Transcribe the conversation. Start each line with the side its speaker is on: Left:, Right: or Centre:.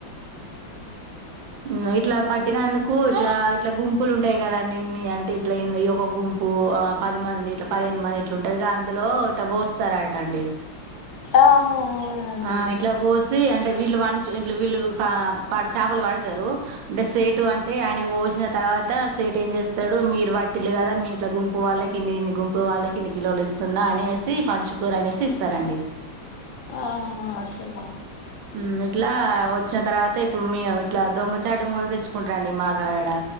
Right: ఉ ఇట్లా పట్టినందుకు ఇట్లా ఇట్లా గుంపులు ఉంటాయి కదండి ఇన్ని అంటే ఇట్లా <unintelligible> ఒ గుంపు ఆ పది మంది ఇట్లా పదిహేను మంది ఇట్లా ఉంటదిగా అందులో ఇట్టా పోస్తారటండి
Left: ఆహా అవునా అండి
Right: ఆ ఇట్లా పోసి అ ంటే వీళ్ళు వంచు వీళ్ళు <unintelligible> చాపలు పడతారు అంటే సేటు అంటే ఆయనకు పోశిన తర్వాత సేటు ఏం చేస్తడు మీరు వట్ ట్టిల్లు కదా మీ ఇట్ల గుంపు వాళ్ళకి ఇన్ని ఇన్ని గుంపు వాళ్ళకి ఇన్ని కిలోలు ఇస్తున్నా అనేసి పంచుకోర్రి అనేసి ఇస్తారండి
Left: ఆహా అట్లన
Right: మ్ ఇట్లా వచ్చిన తర్వాత ఇప్పుడు మీ ఇట్లా దొంగచాటుగా కూడా తెచ్చుకుంటారండి మాకాడ